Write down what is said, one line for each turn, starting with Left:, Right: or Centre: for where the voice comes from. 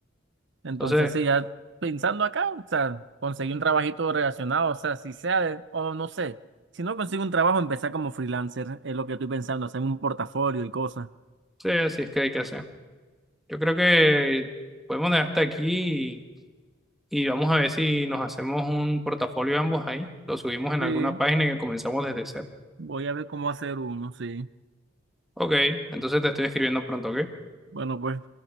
Right: Entonces,
Centre: Entonces,
Right: sí, ya pensando acá, o sea, conseguí un trabajito relacionado, o sea, si sea, de- o no sé, si no consigo un trabajo, empezar como freelancer, es lo que estoy pensando, hacerme un portafolio y cosas.
Centre: sí, así es que hay que hacer. Yo creo que podemos dejar hasta aquí y, y vamos a ver si nos hacemos un portafolio ambos ahí. Lo subimos en
Right: Sí,
Centre: alguna página que comenzamos desde cero.
Right: voy a ver cómo hacer uno, sí.
Centre: Ok, entonces te estoy escribiendo pronto, ¿ok?
Right: Bueno, pues.